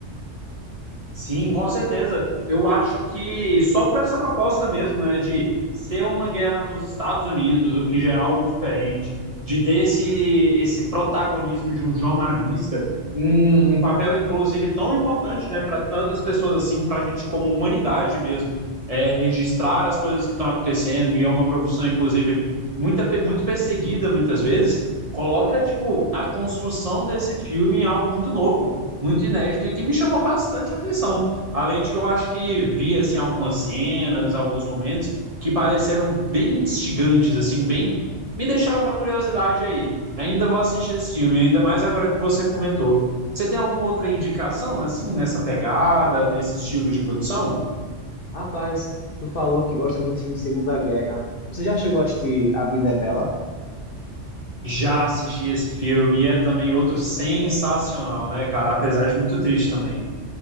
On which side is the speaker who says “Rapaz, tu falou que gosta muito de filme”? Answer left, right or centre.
Left